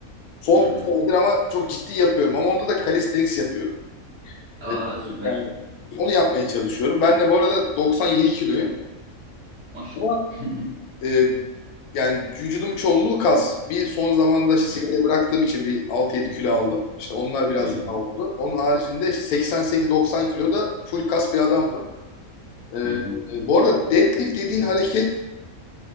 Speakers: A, on the left; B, on the right.
A: Son
B: Hı hı.
A: bir senedir ama çok ciddi yapıyorum. Ama onda da calisthenics yapıyorum.
B: Aa
A: E,
B: süper.
A: yani onu yapmaya çalışıyorum. Ben de bu arada 97 kiloyum.
B: Maşallah.
A: Ama
B: <laughs>
A: e, yani vücudumun çoğunluğu kas. Bir son zamanda işte
B: Hı
A: sigarayı
B: hı,
A: bıraktığım için bir 6 yedi kilo aldım. İşte onlar biraz
B: hı hı,
A: yağ oldu. Onun haricinde işte 88-90 kilo da full kas bir adamdım. E,
B: hı hı.
A: e, bu arada deadlift dediğin hareket